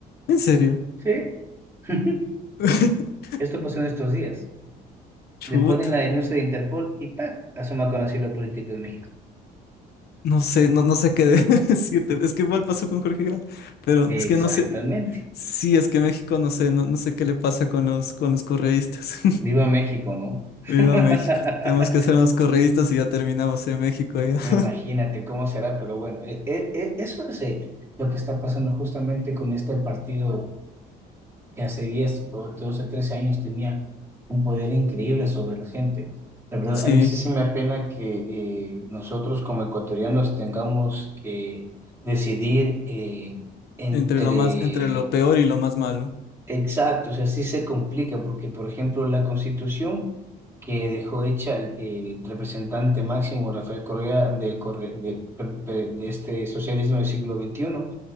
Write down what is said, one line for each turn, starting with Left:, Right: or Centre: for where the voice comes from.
Left: ¿En serio?
Right: Sí. <laughs>
Left: <laughs>
Right: Esto pasó en estos días.
Left: Chuta,
Right: Le ponen la denuncia de Interpol y ¡pac! asoma con asilo político en México.
Left: No sé, no, no sé qué <laughs> decirte. Es que igual pasó con Jorge Grau, pero
Right: Exactamente.
Left: es que no sé. Sí, es que México, no sé, no, no sé qué le pasa con los, con los correístas. <laughs>
Right: Viva México, ¿no? <laughs>
Left: Viva México. Tenemos que ser unos correístas y ya terminamos en México ya.
Right: Imagínate
Left: <laughs>
Right: cómo será, pero bueno, e- e- e- eso es eh, lo que está pasando justamente con este partido que hace 10 o 12 13 años tenía un poder increíble sobre la gente. La verdad,
Left: Sí,
Right: a mí sí, sí me apena que eh, nosotros como ecuatorianos tengamos que decidir eh, entre
Left: entre lo más, entre lo peor y lo más malo.
Right: Exacto, o sea, sí se complica porque, por ejemplo, la constitución que dejó hecha el, el representante máximo Rafael Correa del Corre- de, per- per- de este socialismo del siglo veintiuno,